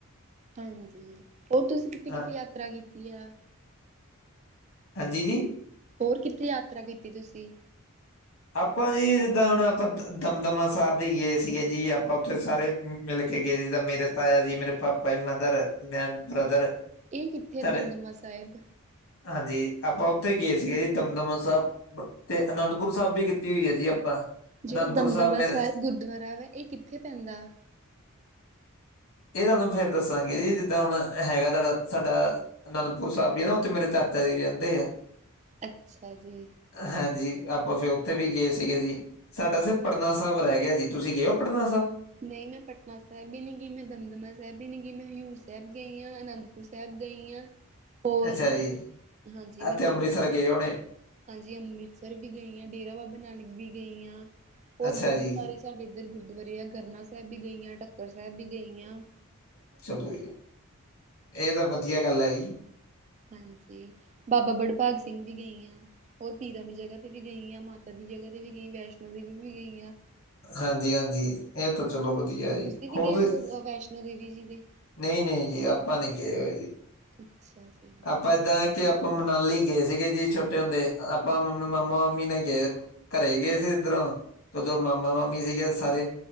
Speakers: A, on the right; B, on the left.
A: ਹਾਂਜੀ, ਹੋਰ ਤੁਸੀਂ ਕਿੱਥੇ-
B: ਹਾਂ
A: ਕਿੱਥੇ ਯਾਤਰਾ ਕੀਤੀ ਆ।
B: ਹਾਂਜੀ ਜੀ?
A: ਹੋਰ ਕਿੱਥੇ ਯਾਤਰਾ ਕੀਤੀ ਤੁਸੀਂ?
B: ਆਪਾਂ ਜੀ ਜਿੱਦਾਂ ਹੁਣ ਆਪਾਂ ਦਮਦਮਾ ਸਾਹਿਬ ਵੀ ਗਏ ਸੀਗੇ ਜੀ ਆਪਾਂ ਉੱਥੇ ਸਾਰੇ। ਮਿਲ ਕੇ ਗਏ ਜਿੱਦ ਮੇਰੇ ਤਾਇਆ ਜੀ, ਮੇਰੇ ਪਾਪਾ ਜੀ, ਮਦਰ, ਮੈਂ, ਬ੍ਰਦਰ।
A: ਇਹ ਕਿੱਥੇ
B: ਤੁਹਾਡੇ
A: ਹੈ ਦਮਦਮਾ ਸਾਹਿਬ?
B: ਹਾਂਜੀ ਆਪਾਂ ਉੱਥੇ ਗਏ ਸੀਗੇ ਜੀ ਦਮਦਮਾ ਸਾਹਿਬ, ਤੇ ਅਨੰਦਪੁਰ ਸਾਬੀ ਕੀਤੀ ਹੋਈ ਹੈ ਜੀ ਆਪਾਂ।
A: ਜਿਹੜਾ
B: ਅਨੰਦਪੁਰ
A: ਦਮਦਮਬਾ
B: ਮੇਰੇ
A: ਸਾਹਿਬ ਗੁਰਦੁਆਰਾ ਵੇ ਇਹ ਕਿੱਥੇ ਪੈਂਦਾ?
B: ਇਹ ਤੁਹਾਨੂੰ ਫੇਰ ਦੱਸਾਂਗੇ ਜੀ ਜਿੱਦਾਂ ਹੁਣ ਹੈਗਾ ਤੁਹਾਡਾ ਸਾਡਾ। ਅਨੰਦਪੁਰ ਸਾਹਿਬ ਵੀ ਆ ਨਾ ਉੱਥੇ ਮੇਰੇ ਚਾਚਾ ਜੀ ਰਹਿੰਦੇ ਆ।
A: ਅੱਛਾ ਜੀ।
B: ਹਾਂਜੀ ਆਪਾਂ ਫੇਰ ਉੱਥੇ ਵੀ ਗਏ ਸੀਗੇ ਜੀ। ਸਾਡਾ ਸਿਰਫ ਪਟਨਾ ਸਾਹਿਬ ਰਹਿ ਗਿਆ ਜੀ, ਤੁਸੀਂ ਗਏ ਓ ਪਟਨਾ ਸਾਹਿਬ?
A: ਨਈ ਮੈਂ ਪਟਨਾ ਸਾਹਿਬ ਵੀ ਨਈ ਗਈ, ਮੈਂ ਦਮਦਮਾ ਸਾਹਿਬ ਵੀ ਨੀ ਗਈ, ਮੈਂ ਹਜ਼ੂਰ ਸਾਹਿਬ ਗਈ ਆ, ਅਨੰਦਪੁਰ ਸਾਹਿਬ ਗਈ ਆ। ਹੋਰ
B: ਅੱਛਾ ਜੀ
A: ਹਾਂਜੀ
B: ਅਤੇ
A: ਮੈਂ ਪਟਨਾ
B: ਅੰਮ੍ਰਿਤਸਰ
A: ਸਾਹਿਬ।
B: ਗਏ ਹੋਣੇ
A: ਹਾਂਜੀ ਅੰਮ੍ਰਿਤਸਰ ਵੀ ਗਈ ਆ, ਡੇਰਾ ਬਾਬਾ ਨਾਨਕ ਵੀ ਗਈ ਆ ਹੋਰ
B: ਅੱਛਾ
A: ਬਹੋਤ
B: ਜੀ
A: ਸਾਰੇ। ਸਾਡੇ ਇੱਧਰ ਗੁਰਦੁਆਰੇ ਆ ਗਰਨਾ ਸਾਹਿਬ ਵੀ ਗਈ ਆ, ਟੱਕਰ ਸਾਹਿਬ ਵੀ ਗਈ ਆ।
B: ਚਲੋ ਜੀ ਇਹ ਤਾਂ ਵਧੀਆ ਗੱਲ ਆ ਜੀ।
A: ਹਾਂਜੀ ਬਾਬਾ ਵੜਭਾਗ ਸਿੰਘ ਵੀ ਗਈ ਹਾਂ ਹੋਰ ਪੀਰਾਂ ਦੀ ਜਗ੍ਹਾ ਵੀ ਗਈ ਹਾਂ ਮਾਤਾ ਦੀ ਜਗਾ ਤੇ ਵੀ ਗਈ ਵੈਸ਼ਨੋ ਦੇਵੀ ਵੀ ਗਈ ਆਂ
B: ਹਾਂਜੀ- ਹਾਂਜੀ ਐਹ ਤਾਂ ਚਲੋ ਵਧੀਆ ਜੀ
A: ਤੁਸੀਂ ਵੀ
B: ਹੋਰ
A: ਗਏ
B: ਤੁਸੀ
A: ਹੋ ਅ, ਵੈਸ਼ਨੋ ਦੇਵੀ ਜੀ ਦੇ
B: ਨਹੀਂ- ਨਹੀਂ ਜੀ ਆਪਾਂ ਨੀ ਗਏ ਹੋਏ ਜੀ
A: ਅੱਛਾ ਜੀ
B: ਆਪਾਂ ਐਦਾਂ ਕਿ ਅਪ ਆਪਾਂ ਮਨਾਲੀ ਗਏ ਸੀਗੇ ਜੀ ਛੋਟੇ ਹੁੰਦੇ ਆਪਾਂ ਮਾਮਾ ਮਾਮੀ ਨਾਲ ਗਏ ਘਰੇ ਗਏ ਸੀ ਇੱਧਰੋਂ, ਉਧਰੋਂ ਮਾਮਾ ਮਾਮੀ ਸੀਗੇ ਸਾਰੇ